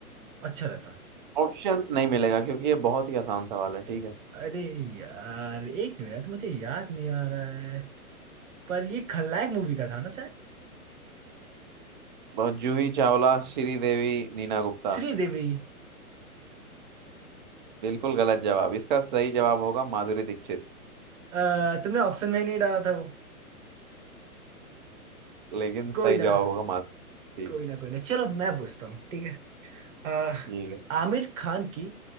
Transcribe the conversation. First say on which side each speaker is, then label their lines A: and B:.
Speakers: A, on the right (about 55°); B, on the right (about 35°).
A: अच्छा रहता
B: ऑप्शंस नहीं मिलेगा क्योंकि ये बहुत ही आसान सवाल है ठीक है
A: अरे यार एक मिनट मुझे याद नहीं आ रहा है पर ये खलनायक मूवी का था ना शायद
B: बहुत- जूही चावला श्रीदेवी नीना गुप्ता
A: श्रीदेवी
B: बिल्कुल गलत जवाब इसका सही जवाब होगा माधुरी दीक्षित
A: अ, तुमने ऑप्शन में ही नहीं डाला था वो
B: लेकिन सही
A: कोई
B: जवाब
A: ना
B: होगा माधुरी
A: कोई
B: ठीक
A: ना कोई ना चलो मैं पूछता हूँ ठीक है अ,
B: ठीक है
A: आमिर खान की